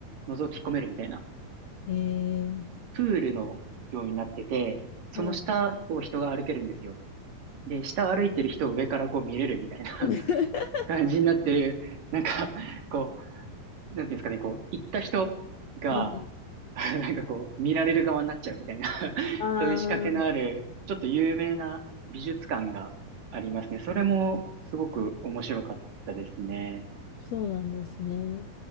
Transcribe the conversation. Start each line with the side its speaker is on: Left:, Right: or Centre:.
Right: う、覗き込めるみたいな。
Left: ええ
Right: プールのようになってて、その下を人が歩けるんですよ。
Left: はい。
Right: で、下歩いてる人を上からこう見れるみたいな <laughs>
Left: <laughs>
Right: 感じになってる、なんか、こう、なんていうんですかね、こう、行った人が、
Left: はい。
Right: <laughs> なんかこう、見られる側になっちゃうみたいな <laughs>
Left: あ
Right: そういう仕掛けのある、ちょっと有名な美術館がありますね。それもすごく面白かったですね。
Left: そうなんですね。